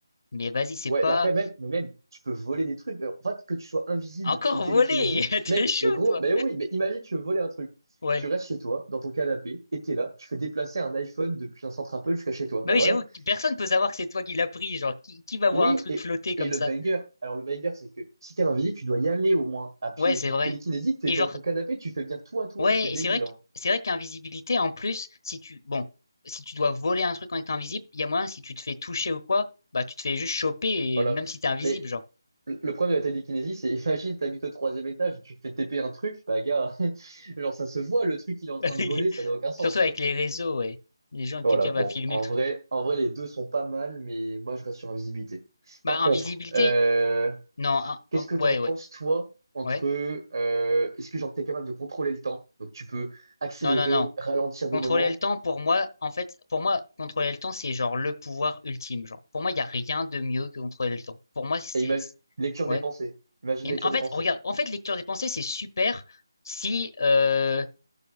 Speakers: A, on the left; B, on the right.
A: Mais vas-y, c'est
B: Ouais,
A: pas,
B: bah après, même, mais même, tu peux voler des trucs. En fait, que tu sois invisible
A: Encore
B: ou télékinésie,
A: volé! <laughs> T'es
B: mec,
A: chaud,
B: mais gros,
A: toi!
B: mais oui, mais imagine, tu veux voler un truc.
A: Ouais.
B: Tu restes chez toi, dans ton canapé, et t'es là, tu fais déplacer un iPhone depuis un centre Apple jusqu'à chez toi. Bah
A: Bah oui,
B: voilà.
A: j'avoue, que personne peut savoir que c'est toi qui l'as pris. Genre, qui, qui va voir
B: Oui,
A: un truc
B: et,
A: flotter comme
B: et le
A: ça?
B: banger. Alors, le banger, c'est que si t'es invisible, tu dois y aller au moins, à pied
A: Ouais, c'est
B: et tout.
A: vrai.
B: Télékinésie, t'es
A: Et
B: dans
A: genre,
B: ton canapé, tu fais venir tout à toi.
A: ouais,
B: C'est débile,
A: et c'est vrai que,
B: hein.
A: c'est vrai qu'invisibilité, en plus, si tu, bon, si tu dois voler un truc en étant invisible, il y a moyen, si tu te fais toucher ou quoi, bah, tu te fais juste choper,
B: Voilà.
A: et même si t'es invisible,
B: Mais
A: genre.
B: le le problème de la télékinésie, c'est <laughs> imagine, t'habites au troisième étage et tu te fais TP un truc, bah gars, <laughs> genre ça se voit, le truc il est en train
A: <laughs>
B: de voler, ça n'a aucun sens,
A: Surtout avec
B: tu vois.
A: les réseaux, ouais. Les gens, quelqu'un
B: Voilà, bon,
A: va filmer
B: en
A: le truc.
B: vrai, en vrai, les deux sont pas mal, mais moi, je reste sur invisibilité.
A: Bah,
B: Par contre,
A: invisibilité?
B: euh,
A: Non, un-
B: qu'est-ce
A: un-
B: que
A: ouais,
B: t'en penses,
A: ouais,
B: toi, entre,
A: ouais.
B: euh, est-ce que genre t'es capable de contrôler le temps? Donc, tu peux accélérer,
A: Non, non, non.
B: ralentir des
A: Contrôler
B: moments,
A: le temps, pour moi, en fait, pour moi, contrôler le temps, c'est genre le pouvoir ultime. Genre, pour moi, il n'y a rien de mieux que contrôler le temps. Pour moi, c'est,
B: et imagine,
A: c'est-
B: lecture
A: ouais.
B: des pensées. Imagine
A: Mais
B: lecture
A: en
B: des
A: fait,
B: pensées.
A: regarde, en fait, lecture des pensées, c'est super si, euh,